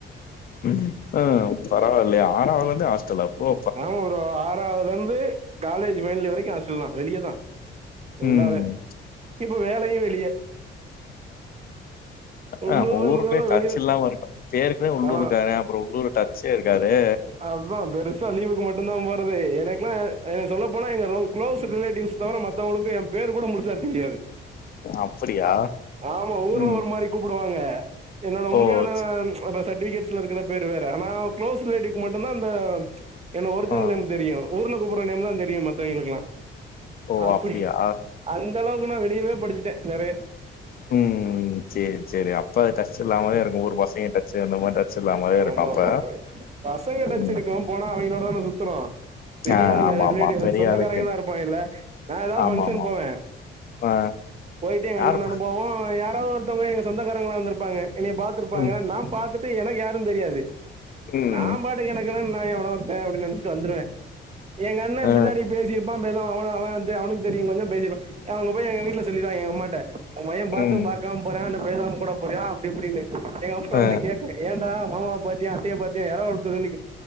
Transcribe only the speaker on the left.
ம் பரவால்லயே ஆறாவதுலந்தே ஹாஸ் டல்லா அப்போ
ம்.
ஆ ஊருக்கே
டச்சு
இல்லாம இருக்கு ஏற்கனவே உள்ளூர்
கார அப்றோ உள்ளூர் டச்சே இருக்காதே
அப்படியா?
ம்.
ஓ! ச
ஆ.
ஓ!
அப்படியா?
ம் சேரி சேரி அப்ப அது டச் இல்லாம தா இருக்கு ஊரு பசங்க டச்ச அந்த மாரி டச் இல்லாமலே
இருக்கும் அப்ப.
ம்.
ஆ
ஆமாமா.
பெரிய
ஆளுக்கு.
ஆமாமா.
ஆ
யாரு
ம்,
ம்.
அ,
ம்.
அ.